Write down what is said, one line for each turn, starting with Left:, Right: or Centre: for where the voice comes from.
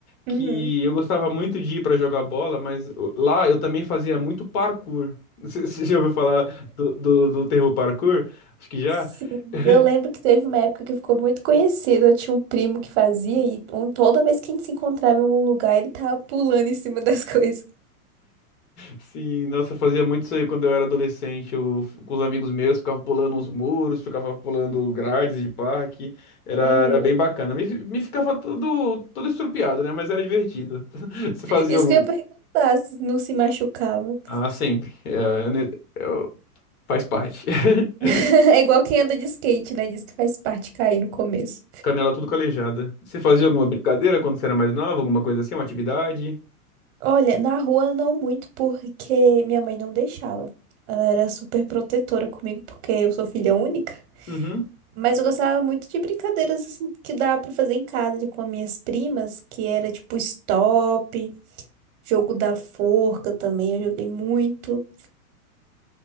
Right: Uhum.
Left: que eu gostava muito de ir pra jogar bola, mas uh, lá eu também fazia muito parkour. <laughs> Você você já ouviu falar do, do do termo parkour? Acho que já.
Right: Sim.
Left: <laughs>
Right: Eu lembro que teve uma época que ficou muito conhecido. Eu tinha um primo que fazia e um- toda vez que a gente se encontrava em algum lugar, ele tava pulando em cima <laughs> das coisas.
Left: Sim, nossa, eu fazia muito isso aí quando eu era adolescente. Eu, com os amigos meus, ficava pulando uns muros, ficava pulando grades de parque. Era,
Right: Uhum.
Left: era bem bacana. Me, me ficava todo, todo estrupiado, né? Mas era divertido. <laughs> Você fazia
Right: Isso
Left: algum.
Right: que eu ia perguntar, se não se machucava.
Left: Ah, sempre. É, é ne- é, faz parte. <laughs>
Right: <laughs> É igual quem anda de skate, né? Diz que faz parte cair no começo.
Left: Canela tudo calejada. Você fazia alguma brincadeira quando você era mais nova? Alguma coisa assim? Uma atividade?
Right: Olha, na rua não muito, porque minha mãe não deixava. Ela era super protetora comigo, porque eu sou filha única.
Left: Uhum.
Right: Mas eu gostava muito de brincadeiras assim que dava pra fazer em casa com as minhas primas, que era tipo stop, jogo da forca também, eu joguei muito.